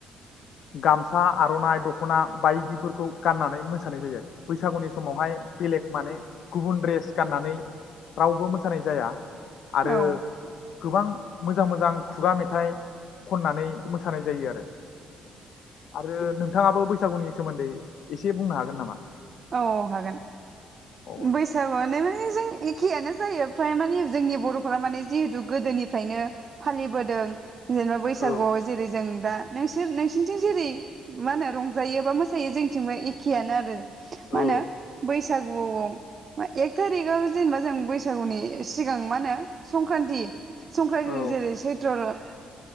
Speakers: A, on the left (about 70°); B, on the right (about 45°).
A: गामसा आर'नाइ दख'ना बायदिफोरखौ गाननानै मोसानाय जायो आरो बैसागुनि समावहाय बेलेग माने गुबुन द्रेस गाननानै रावबो मोसानाय जाया। आरो
B: औ
A: गोबां मोजां मोजां खुगा मेथाइ खननानै मोसानाय जायो आरो आरो नों नोंथाङाबो बैसागुनि सोमोन्दै एसे बुंनो हागोन नामा?
B: औ औ हागोन
A: अ दे
B: बैसागुआनो जों एखेयानो जायो फ्राय माने जोंनि बर'फ्रा माने जिहेतु गोदोनिफ्रायनो फालिबोदों। जेनेबा बैसागुआव
A: औ
B: जेरै जों बा नोंसोर नोंसिनिथिं जेरै मा होनो रंजायो बा मोसायो जोंथिंबो एखेयानो आरो मा
A: औ
B: होनो बैसा बैसागुआव एक थारिकआव जेनेबा जों बैसागुनि सिगां मा होनो संक्रान्ति संक्रान्ति
A: औ
B: जेरै सैत्र